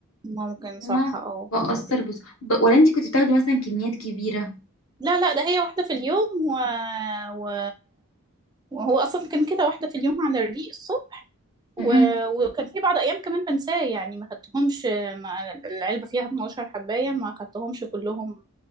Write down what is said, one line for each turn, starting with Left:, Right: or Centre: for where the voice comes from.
Right: ممكن صح
Left: فاهمة
Right: اه
Left: بأثر
Right: ممكن
Left: بس ب... ولا انت كنت بتاخدي مثلا كميات كبيرة
Right: لا لا ده هي واحده في اليوم و... و... وهو اصلا كان كده واحده في اليوم على الريق الصبح و...
Left: مهم.
Right: وكان في بعض ايام كمان بنساه يعني ما خدتهمش ما العلبه فيها 12 حبايه ما خدتهمش كلهم